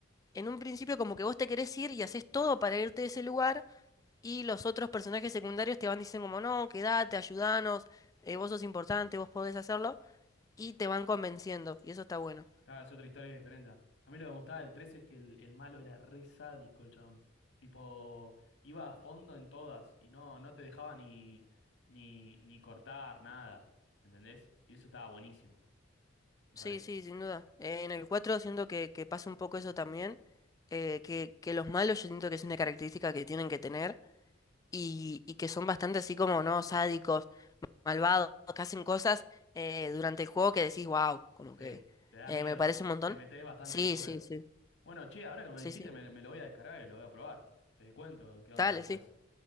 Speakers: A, on the left; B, on the left.
A: en un principio como que vos te querés ir y haces todo para irte de ese lugar y los otros personajes secundarios te van diciendo como no, quédate, ayudanos, eh, vos sos importante, vos podés hacerlo y te van convenciendo y eso está bueno.
B: Claro, es otra historia diferente. A mí lo que me gustaba del 3 es que el, el malo era re sádico, el chabón. Tipo, iba a fondo en todas y no, no te dejaba ni, ni, ni cortar nada. ¿Entendés? Y eso estaba buenísimo, me
A: Sí,
B: parece.
A: sí, sin duda. Eh, en el 4 siento que, que pasa un poco eso también, eh, que, que los malos yo siento que es una característica que tienen que tener y, y que son bastante así como, ¿no? Sádicos, malvados, que hacen cosas eh, durante el juego que decís, wow, como
B: Sí,
A: que
B: te da
A: eh,
B: miedo.
A: me parece un montón.
B: Te metes bastante
A: Sí,
B: en el juego.
A: sí, sí.
B: Bueno, che, ahora que me
A: Sí,
B: dijiste,
A: sí.
B: me, me lo voy a descargar y lo voy a probar. Te cuento qué onda
A: Dale,
B: después.
A: sí.